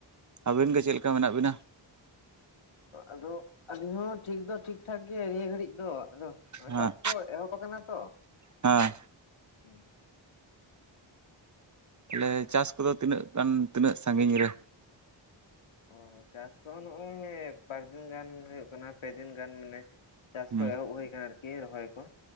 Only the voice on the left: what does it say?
ᱟᱫᱚ ᱟᱹᱞᱤᱧ ᱦᱚᱸ ᱴᱷᱤᱠ ᱫᱚ ᱴᱷᱤᱠ ᱴᱷᱟᱠ ᱜᱮ ᱱᱤᱭᱟᱹ ᱜᱷᱟᱹᱲᱤᱡ ᱫᱚ ᱟᱫᱚ ᱦᱚᱸᱜᱼᱚᱭ
ᱠᱟᱹᱢᱤ ᱠᱚ ᱮᱦᱚᱵ ᱠᱟᱱᱟ ᱛᱚ
ᱦᱩᱸ᱾
ᱚ ᱪᱟᱥ ᱠᱚ ᱱᱚᱸᱜᱼᱚᱭ ᱵᱟᱨ ᱫᱤᱱ ᱜᱟᱱ ᱦᱳᱭᱳᱜ ᱠᱟᱱᱟ ᱯᱮ ᱫᱤᱱ ᱜᱟᱱ ᱢᱟᱱᱮ ᱪᱟᱥ
ᱠᱚ ᱮᱦᱚᱵ ᱦᱳᱭ ᱠᱟᱱᱟ ᱟᱨᱠᱤ ᱨᱚᱦᱚᱭ ᱠᱚ᱾